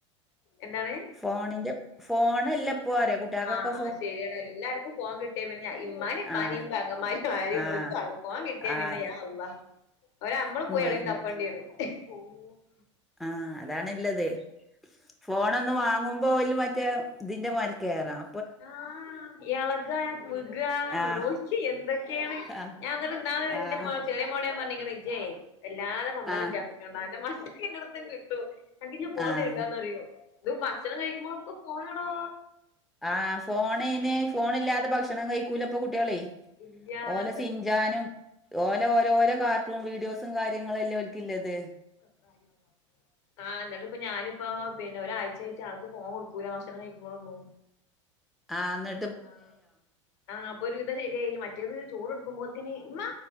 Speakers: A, on the left (about 60°); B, in the centre.
A: എന്താണ്
B: ഫോണിന്റെ ഫോൺ എല്ലപ്പോറിയ കുട്ടികൾക്കൊക്കെ
A: ആഹ് ശരിയാണ് എല്ലാർക്കും ഫോൺ കിട്ടിയേ പിന്നെ ഞ ഇമ്മാ ഇപ്പാനെയയും
B: ആഹ്
A: പെങ്ങമാര് കാര്യം
B: ആഹ്
A: ഒരു കട പോവാൻ കിട്ടിയാ
B: ആഹ്
A: പിന്നെ ഞ അവാ അവര് നമ്മള്
B: ആഹ്
A: പോയി അളെങ്കും തപ്പേണ്ടി വും <unintelligible>
B: ആ അതാണുള്ളത് ഫോണ ഒന്ന് വാങ്ങും ഇപ്പല മറ്റേ ഇതിന്റെ മൽ കയറാം
A: ആഹ ഇളകാന കുഗാനെന്ന
B: ആഹ്
A: എന്തൊക്കെയാണ്
B: ആഹ്
A: ഞാൻന്നട്ട എന്താണ്
B: ആഹ്
A: എന്റെ മോ ചെ മോട ൻ പറഞ്ഞിക്കണ ഇജയ് എല്ലാതെ കൊമമ്പലം
B: ആഹ്
A: ചതക്കണ്ട അന്റെ മണ്ക്ക എന്റെടത്തും കിട്ടു എനിക്ക് ഞൻ പോൺ
B: ആഹ്
A: തരില്ലന്ന്റിയോ ഇത് ഭക്ഷണം കഴിക്കുമ്പോഴൊക്കെ ഫോണാണോ
B: ആ ഫോണിന് ഫോണ ഇല്ലാത്ത ഭക്ഷണം കഴിക്കൂലപ്പൊ കുട്ടികളെ
A: ഇല്ല
B: ഓലെ
A: ഇന്നട്ട്
B: സിഞ്ചാനും ഓലെ ഓരോരോ കാർട്ടൂണും വീഡിയോസും കാര്യങ്ങളുംല്ലേ ഒലിക്കല്ലത്
A: <unintelligible> ആഹ് എന്നിട്ട് ഇപ്പ ഞാനിപ്പോ പിന്നെ ഒരാഴ്ച ആട്ട് ആൾക്ക് ഫോൺ കൊടുക്കൂല ഭക്ഷണം കഴിക്കുമ്പോഴൊന്നു
B: ആന്ന
A: ആഹ് ആഹ അപ്പൊ ഒരു ഇത ശരിയായി മറ്റേത് ചോറ്ടുക്കുമ്പോത്തന് ഇമ്മ